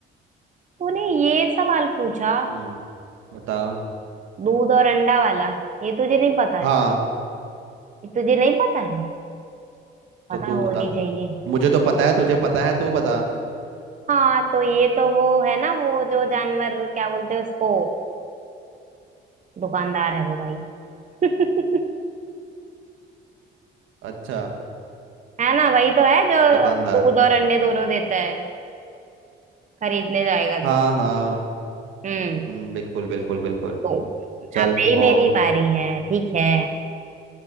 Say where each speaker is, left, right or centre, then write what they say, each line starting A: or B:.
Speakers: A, on the right (about 40°); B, on the right (about 80°).
A: तूने ये सवाल पूछा
B: हम्म बता
A: दूध और अंडा वाला ये तुझे नहीं पता
B: हाँ
A: है ये तुझे नहीं पता है पता
B: तो तू
A: होनी
B: बता
A: चाहिए
B: मुझे तो पता है तुझे पता है तू बता
A: हाँ तो ये तो वो है ना वो जो जानवर क्या बोलते हैं उसको दुकानदार है वो भाई <laughs>
B: अच्छा
A: है ना वही तो है जो
B: दुकानदार
A: दूध और अंडे दोनों देता है खरीदने जाएगा
B: हाँ
A: तो
B: हाँ
A: हम्म
B: हम्म, बिल्कुल बिल्कुल बिल्कुल
A: तो
B: चल
A: अब ही
B: ओ
A: मेरी बारी है ठीक है